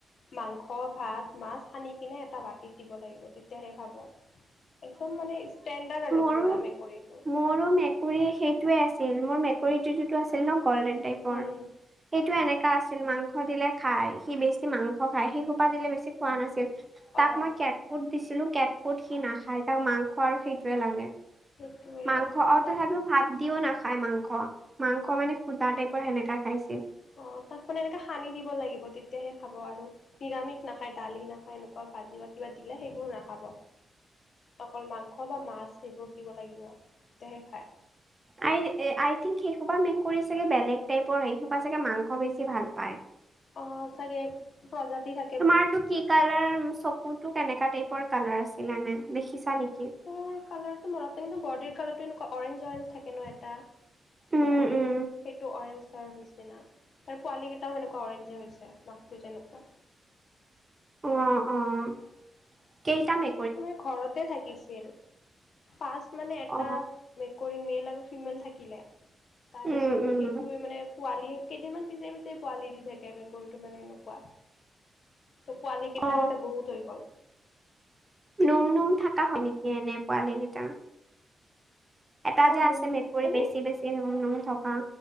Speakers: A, on the left; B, on the right.
A: মাংস ভাত মাছ সানি কিনে এটা বাতিত দিব লাগিব তেতিয়াহে খাব একদম মানে ষ্টেণ্ডাৰ্ড আৰু
B: আৰু
A: পুৰা মেকুৰীটো
B: মোৰো মেকুৰী সেইটোৱে আছিল মোৰ মেকুৰীটো সেইটো আছিল গ'ল্ডেন টাইপৰ
A: উম
B: সেইটো এনেকা আছিল মাং স দিলে খাই সি বেছি মাংস খায় সি সোপা দিলে বেছি খোৱা নাছিল তাক
A: অ
B: মই ফুড দিছিলোঁ কেট ফুড সি নাখায় তাক মাংস আৰু সেইটোৱে লাগে
A: সেইটোৱে
B: মাংস
A: ইমান
B: অ তথাপিও ভাত দিওঁ নাখায় মাংস মাংস মানে সুদা টাইপৰ সেনেকা খাইছিল
A: অ তাক মানে এনেকা সানি দিব লাগিব তেতিয়াহে খাব আৰু। নিৰামিষ নাখায় দালি নাখায় এনেকুৱা ভাজি বা কিবা দিলে সেইবোৰ নাখাব। অকল মাংস বা মাছ সেইবোৰ দিব লাগিব তেতিয়াহে খায়।
B: আই আই থিংক সেইহোপা মেকুৰী চাগে বেলেগ টাইপৰ সেইহোপা চাগে মাংস বেছি ভাল পায়।
A: অ চাগে প্ৰজাতি থা
B: তোমাৰতো কি কালাৰ চকুটো কেনেকা টাইপৰ কালাৰ আছিলে এনে দেখিছা নেকি?
A: চকুৰ কালাৰটো মনত নাই কিন্তু বডীৰ কালাৰটো এনেকুৱা অৰেঞ্জ অৰেঞ্জ থাকে ন এটা
B: উম
A: মেকুৰী
B: উম
A: সেইটো অৰেঞ্জৰ নিচিনা। তাৰ পোৱালি কেইটাও সেনেকুৱা অৰেঞ্জে হৈছে, মাকটো যেনেকুৱা।
B: অঁ অঁ কেইটা মে
A: তোমাৰ ঘৰতে থাকিছিল পাঁচ মানে এটা
B: অ
A: মেকুৰী মেল আৰু ফিমেল থাকিলে তাৰপিছত
B: উম উম
A: সেইটোৱে মানে পোৱালি কেইদিনমান পিছে, পিছে পোৱালি দি থাকে মেকুৰীটো মানে এনেকুৱা। তো পোৱালি কেইটা
B: অ
A: এতিয়া বহুত হৈ গ'ল।
B: নোম নোম থকা হয় নেকি এনে পোৱালি কেইটা এটা
A: অ
B: যে আছে
A: নোমটো
B: মেকুৰী
A: এনেই
B: বেছি বেছি নোম নোম থকা।